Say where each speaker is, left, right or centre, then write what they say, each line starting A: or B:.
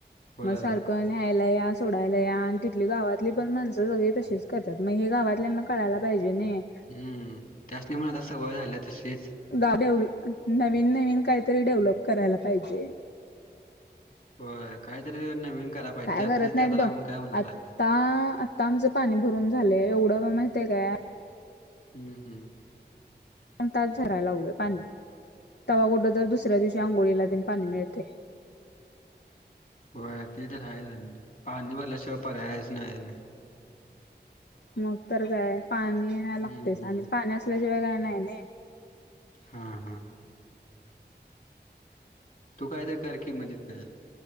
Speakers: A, on the left (about 50°); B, on the left (about 70°).
A: होय
B: मग सारखं आणि न्यायला या सोडायला या तिथली गावातली पण माणसं सगळी तसंच करतात मग हे गावातल्यांना कळायला पाहिजे नाय.
A: हुं त्यास्नी पण आता सवय झाल्या तशीच.
B: गाव तेवढं डेव्हलप नवीन नवीन काहीतरी डेव्हलप करायला पाहिजे.
A: होय काय तरी नवीन कराय पाहिजे
B: काय
A: त्यातच
B: करत नाय
A: त्यात
B: तं बग
A: राहून काय होणार
B: आत्ता
A: आहे
B: आता आमचं पाणी भरून झालेय एवढं बा माहितय काय
A: हम्म हम्म.
B: पण तच झरायला लागलोय पाणी तवा कुठं तर दुसऱ्या दिवशी आंघोळीला तेन पाणी मिळते.
A: व्हय ते तर हाय पाणी भरल्याशिवाय पर्याय नाय.
B: मग तर काय पाणी
A: हम्म
B: लागतेच
A: हम्म
B: आणि पाणी असल्याशिवाय काय नाही ना.
A: हा. हा. तू काय तरी कर की मग तिथं.